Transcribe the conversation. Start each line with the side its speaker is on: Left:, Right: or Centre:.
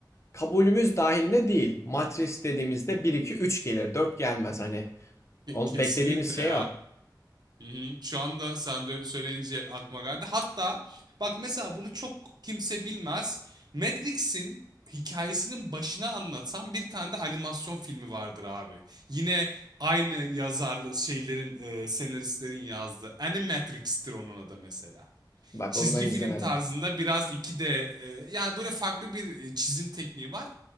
Left: Kabulümüz dahilinde değil. Matrix dediğimizde bir 2 3 gelir. 4 gelmez hani.
Right: Ke-
Left: O-
Right: Kesinlikle
Left: beklediğimiz şey
Right: ya.
Left: o.
Right: Hı hı. Şu anda sen de söyleyince aklıma geldi. Hatta bak mesela bunu çok kimse bilmez. Matrix'in hikayesinin başına anlatan bir tane de animasyon filmi vardır abi. Yine aynı yazarlı şeylerin, e, senaristlerin yazdığı. Animatrix'tir onun adı mesela
Left: Bak
Right: çizgi
Left: onu ben izlemedim.
Right: film tarzında biraz iki d e, yani böyle farklı bir e, çizim tekniği var.